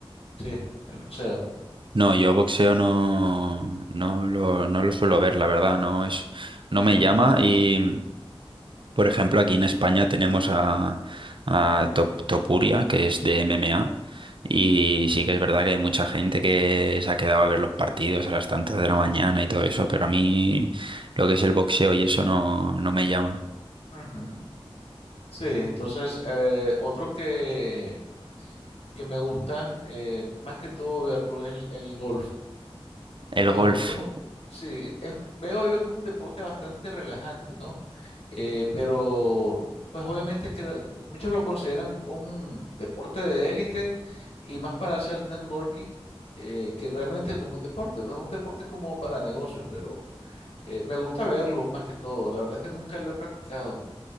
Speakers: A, on the left; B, on the right.
A: Sí, el boxeo.
B: No, yo boxeo no, no lo, no lo suelo ver, la verdad, no es, no me
A: Ujú,
B: llama y, por ejemplo, aquí en España tenemos a, a Top- Topuria, que es de MMA, y sí que es verdad que hay mucha gente que se ha quedado a ver los partidos a las tantas de la mañana y todo eso, pero a mí lo que es el boxeo y eso no, no me llama.
A: ujú. Sí, entonces, eh, otro que, que me gusta, eh, más que todo verlo, es el, el golf.
B: El
A: Pero
B: golf.
A: pues, sí, es- veo yo que es un deporte bastante relajante, ¿no? Eh, pero pues obviamente que la- muchos lo consideran un deporte de élite y más para hacer networking eh, que realmente como un deporte, pues, un deporte como para negocios, pero eh, me gusta verlo más que todo. La verdad es que nunca lo he practicado.